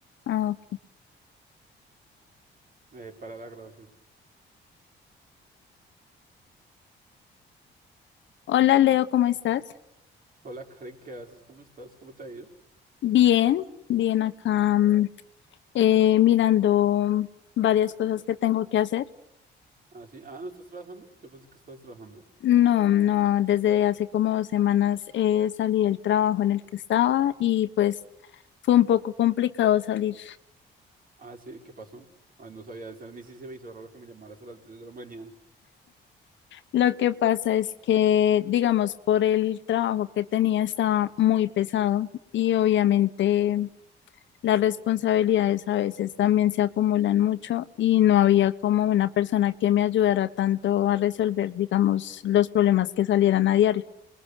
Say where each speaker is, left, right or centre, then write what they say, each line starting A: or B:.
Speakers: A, on the left; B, on the right.
A: Ah, ok.
B: eh, para la grabación.
A: Hola Leo, ¿cómo estás?
B: Hola Karen, ¿qué haces? ¿Cómo estás? ¿Cómo te ha ido?
A: Bien, bien acá mm, eh, mirando varias cosas que tengo que hacer.
B: Ah, sí. Ah, ¿no estás trabajando? Yo pensé que estabas trabajando.
A: No, no, desde hace como dos semanas eh, salí del trabajo en el que estaba y pues fue un poco complicado salir.
B: Ah, sí, ¿qué pasó? Ah, no sabía eso. A mí sí se me hizo raro que me llamaras a las diez de la mañana.
A: Lo que pasa es que, digamos, por el trabajo que tenía estaba muy pesado y obviamente las responsabilidades a veces también se acumulan mucho y no había como una persona que me ayudara tanto a resolver, digamos, los problemas que salieran a diario.